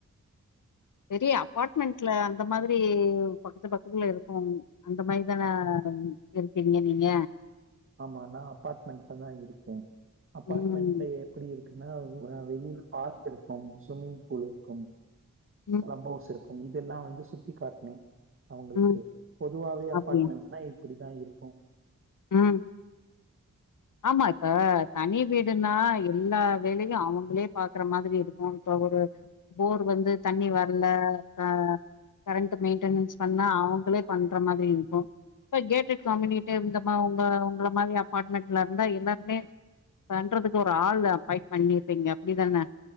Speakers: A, on the left; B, on the right.
A: பெரிய அப்பார்ட்மெண்ட்ல அந்த மாதிரி பக்கத்து பக்கத்துல இருக்கும் அந்த மாரிதான இருக்கீங்க நீங்க
B: ஆமா நா அபார்ட்மெண்ட்லதா இருக்கேன் அபார்ட்மெண்ட்ல
A: ம்
B: எப்டி இருக் குன்னா வெயில் பார்க் இருக்கும் சுஸ்விமிங் பூல் இருக்கும்
A: ம்
B: பிளப்பவுஸ் இருக்கும் இதெல்லா வந்து சுத்தி காட்னே அவங்களுக்கு
A: ம்
B: பொதுவாவே
A: அப்டியா
B: அபார்ட்மெண்ட்னா இப்டித்தா இருக்கும்
A: ம் ஆமா இப்ப தனி வீடுனா எல்லா வேலையு அவுங்களே பாக்குற மாதிரி இருக்கும் இப்ப ஒரு போர் வந்து தண்ணி வரல க கரண்ட் மெயின்டனன்ஸ் பண்ணா அவுங்களே பண்ற மாதிரி இருக்கும் இப்ப கேட்டட் கம்யூனிட்டி இந்த மா உங்க உங்கள மாதிரி அபார்ட்மெண்ட் ல இருந்தா எல்லாருமே பண்றதுக்கு ஒரு ஆள் அப்பாயிண்ட் பண்ணிருப்பீங்க அப்டிதான